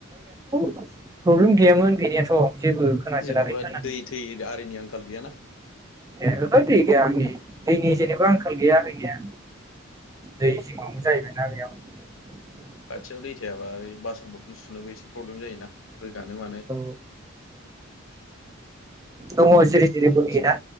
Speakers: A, on the right; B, on the left.
A: प्रब्लेम गैयामोन गैनायाथ जेबो खोनाफेराखै
B: जेनबा
A: खोनानाया
B: दै थै आरिनि आंखाल गैयाना
A: ए ओहो दै गैया आंनि दैनि जेनेबा आंखाल गैया गैनाया दै जिङावनो जाहैबाय ना बेयाव
B: खाथियाव दै थायाबा बे बासन बरथन सुनोबो एसे प्रब्लेम जायोना रोगानो मानो
A: औ औ दङ जिरि जिरि
B: बे
A: बोहैयोना
B: एसे